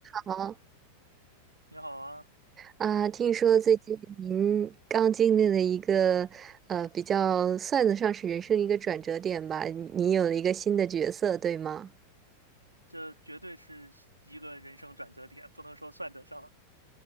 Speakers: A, on the right; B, on the right.
A: 好
B: 你好啊，
A: 啊，听说最近您刚经历了一个呃比较算得上是人生一个转折点吧，你有了一个新的角色，对吗？
B: 这绝对是一个人生转折点，不能说算得上，